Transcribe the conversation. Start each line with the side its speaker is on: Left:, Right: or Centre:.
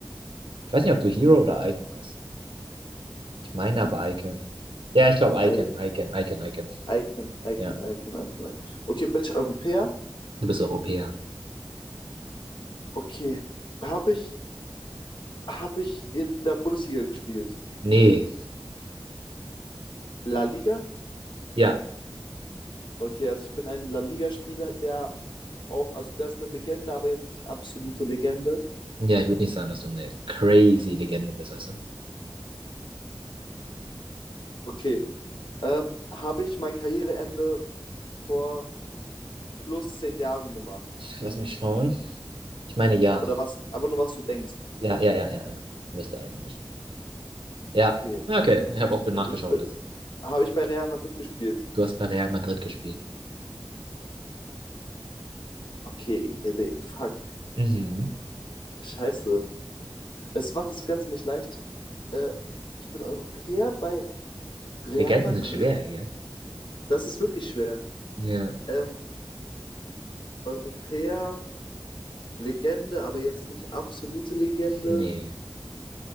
Right: Ich weiß nicht, ob du Hero oder Icon heißt. Ich meine aber Icon. Ja, ich glaube Icon,
Left: I
Right: Icon, Icon, Icon.
Left: Icon, Icon,
Right: Ja.
Left: Icon, Icon, Icon. Okay, bin ich Europäer?
Right: Du bist Europäer.
Left: Okay. Habe ich habe ich in der Bundesliga gespielt.
Right: Nee.
Left: La Liga?
Right: Ja.
Left: Okay, also ich bin ein La Liga-Spieler, der auf, also der ist eine Legende, aber jetzt nicht absolute Legende.
Right: Ja, ich würde nicht sagen, dass du eine crazy Legende bist, weißt du?
Left: Okay. Ähm, habe ich mein Karriereende vor plus zehn Jahren gemacht?
Right: Lass mich schauen. Ich meine, ja.
Left: Oder was? Einfach nur, was du denkst.
Right: Ja, ja, ja, ja, ja. Bist du eigentlich. Ja.
Left: Okay.
Right: Ja, okay. Ich habe
Left: Ich,
Right: auch nachgeschaut.
Left: ich bin,
Right: Ist.
Left: habe ich bei Real Madrid gespielt?
Right: Du hast bei Real Madrid gespielt.
Left: Okay, ey, fuck.
Right: Mhm.
Left: Scheiße. Es macht das Ganze nicht leicht. Äh, ich bin Europäer bei Real
Right: Legenden
Left: Madrid.
Right: sind schwer, gell?
Left: Das ist wirklich schwer.
Right: Ja.
Left: Ähm, Europäer Legende, aber jetzt nicht absolute Legende.
Right: Nee.